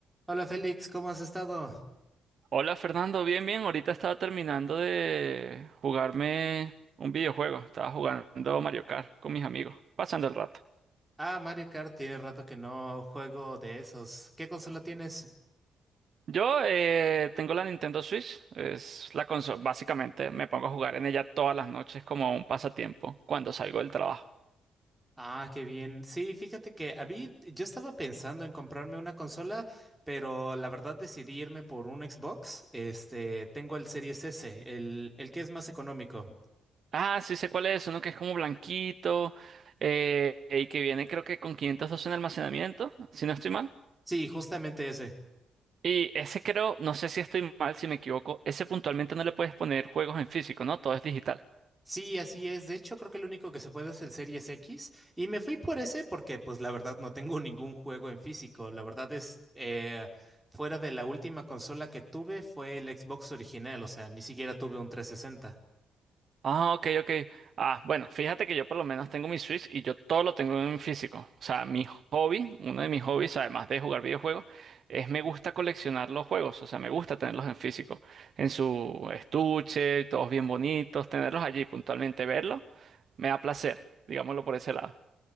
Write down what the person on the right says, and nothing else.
Hola Fernando, bien, bien. Ahorita estaba terminando de jugarme un videojuego. Estaba jugando Mario Kart con mis amigos, pasando el rato.
Yo eh, tengo la Nintendo Switch, es la consola. Básicamente me pongo a jugar en ella todas las noches como un pasatiempo cuando salgo del trabajo.
Ah, sí sé cuál es, uno que es como blanquito eh, y que viene creo que con 512 en almacenamiento, si no estoy mal.
Y ese creo, no sé si estoy mal, si me equivoco, ese puntualmente no le puedes poner juegos en físico, ¿no? Todo es digital.
Ah, ok, ok. Ah, bueno, fíjate que yo por lo menos tengo mi Switch y yo todo lo tengo en físico. O sea, mi hobby, uno de mis hobbies, además de jugar videojuegos, es me gusta coleccionar los juegos. O sea, me gusta tenerlos en físico, en su estuche, todos bien bonitos, tenerlos allí puntualmente, verlos, me da placer, digámoslo por ese lado.